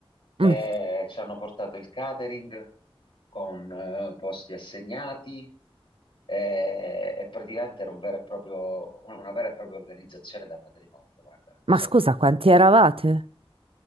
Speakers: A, on the left (about 65°); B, on the right (about 70°).
A: E
B: Mm,
A: ci hanno portato il catering con eh, posti assegnati e, e praticamente era un vero e proprio, una vera e propria organizzazione da matrimonio, guarda, una cosa
B: Ma scusa,
A: allucinante.
B: quanti eravate?